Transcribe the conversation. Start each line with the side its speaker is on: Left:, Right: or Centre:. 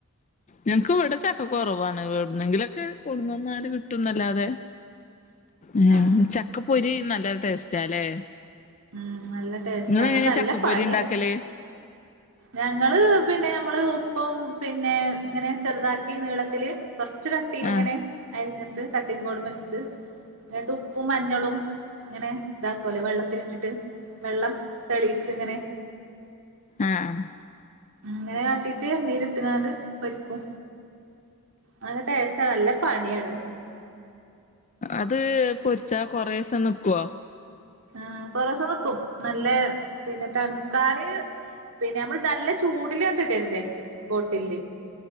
Left: ഞങ്ങക്ക് ഇവടെ ചക്ക കോറവാണ് എവ്ടുന്നെങ്കിലൊക്കെ കൊടുന്നുന്നാല് കിട്ടുംന്നല്ലാതെ ഏഹ്
Right: ആഹ്
Left: ചക്കപ്പൊരി നല്ല ടേസ്റ്റാലെ?
Right: ഉം നല്ല ടേസ്റ്റാണ്
Left: ഇങ്ങള് എങ്ങനെ
Right: നല്ല
Left: ചക്കപ്പൊരി
Right: പണിയാണ്
Left: ഇണ്ടാക്കല്?
Right: ഞങ്ങള് പിന്നെ അമ്മള് ഉപ്പും പിന്നെ ഇങ്ങനെ ചെറുതാക്കി നീളത്തില് കൊർച്ച് കട്ടീല്ങ്ങനെ
Left: ആഹ്
Right: അരിഞ്ഞിട്ട് കട്ടിം ബോഡ്‌മെ വെച്ചിട്ട് ഇന്നട്ട് ഉപ്പും, മഞ്ഞളും ഇങ്ങനെ ഇതാക്കുല്ലേ വെള്ളത്തിലിട്ടിട്ട് വെള്ളം തെളീച്ച് ഇങ്ങനെ
Left: ആഹ് ആഹ്
Right: അങ്ങനെ കാട്ടീട്ട് എണ്ണീല് ഇട്ട്ക്കാണ്ട് പൊരിക്കും നല്ല ടേസ്റ്റാണ് നല്ല പണിയാണ്
Left: അത് പൊരിച്ചാ കൊറേസം നിക്കോ?
Right: ആഹ് കൊറേസം നിക്കും നല്ല പിന്നെ തണുക്കാന് പിന്നെ നമ്മള് നല്ല ചൂടിലണ്ട് ഇടരുത് ബോട്ടില്ല്